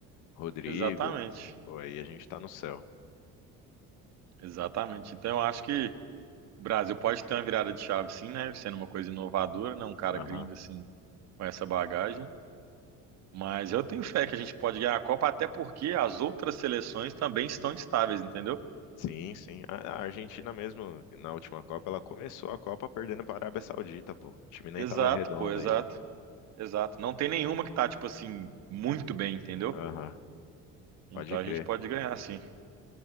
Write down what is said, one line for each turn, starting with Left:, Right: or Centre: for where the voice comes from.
Left: Rodrigo,
Right: Exatamente.
Left: pô, aí a gente tá no céu.
Right: Exatamente. Então eu acho que o Brasil pode ter uma virada de chave, sim, né? Sendo uma coisa inovadora, né? Um cara
Left: Aham.
Right: gringo assim com essa bagagem. Mas eu tenho fé que a gente pode ganhar a Copa, até porque as outras seleções também estão estáveis, entendeu?
Left: Sim, sim. A a Argentina mesmo, na última Copa, ela começou a Copa perdendo para a Arábia Saudita, pô. O time nem
Right: Exato,
Left: tava redondo
Right: pô, exato,
Left: ainda.
Right: exato. Não tem nenhuma que tá, tipo assim, muito bem, entendeu?
Left: Aham. Pode
Right: Então a
Left: crer.
Right: gente pode ganhar, sim.